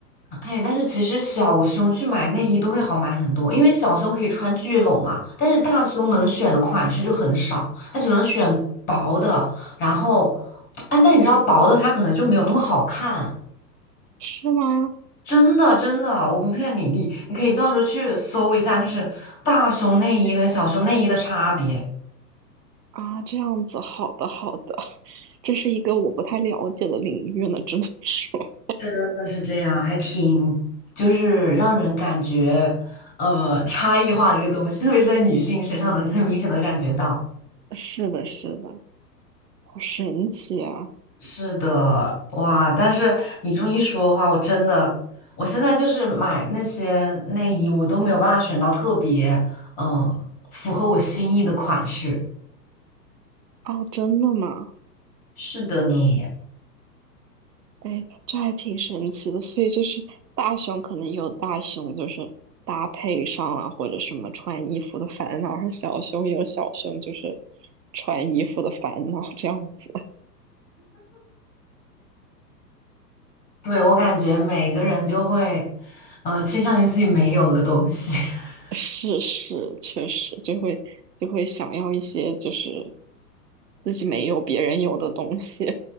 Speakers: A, on the left; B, on the right.
A: 哎，但是其实小胸去买内衣都会好买很多，因为小胸可以穿聚拢嘛，但是大胸能选的款式就很少，它只能选薄的。然后，哎，但你知道薄的它可能就没有那么好看，
B: <laughs> 是吗？
A: 真的真的，我不骗你，你你可以到时候去搜一下，就是大胸内衣跟小胸内衣的差别，
B: 啊，这样子，好的好的，<laughs> 这是一个我不太了解的领域呢，只能说
A: 真的是这样，还挺就是让人感觉呃差异化的一个东西，特别是在女性身上能很明显的感觉到。
B: <laughs> 是的，是的，好神奇啊！
A: 是的，哇！但是你这么一说的话，我真的，我现在就是买那些内衣，我都没有办法选到特别嗯符合我心意的款式。
B: 哦，真的吗？
A: 是的你，
B: 哎，这还挺神奇的。所以就是大熊可能有大熊就是搭配上啊，或者什么穿衣服的烦恼，然后小熊也有小熊就是穿衣服的烦恼，这样子。<laughs>
A: 对，我感觉每个人就会，嗯、倾向于自己没有的东西。<laughs>
B: 是是，确实就会就会想要一些就是自己没有别人有的东西。